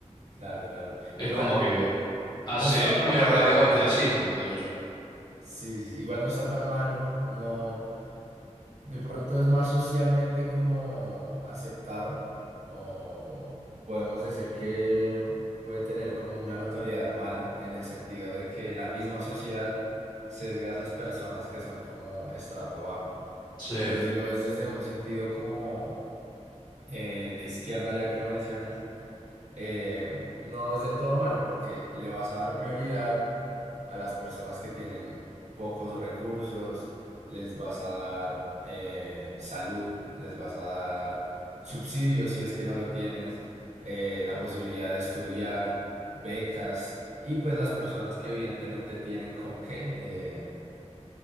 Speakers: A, on the right; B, on the left.
A: claro, claro.
B: es
A: Igual
B: como que hace
A: no está
B: muy
A: tan malo.
B: arraigado el clasismo, creo yo.
A: Sí, sí, sí, igual no está tan malo, no, de pronto es más socialmente como aceptado, o podemos decir que puede tener como una notoriedad mala en el sentido de que la misma sociedad sesga a esas personas que son como estrato bajo.
B: Sí,
A: Pero si lo ves desde un sentido como eh, de izquierda, ya que lo mencionas, eh, no es del todo malo porque le vas a dar prioridad a las personas que tienen pocos recursos, les vas a dar eh, salud, les vas a dar subsidios si es que no lo tienes, eh, la posibilidad de estudiar, becas, y pues las personas que evidentemente tienen con qué, eh,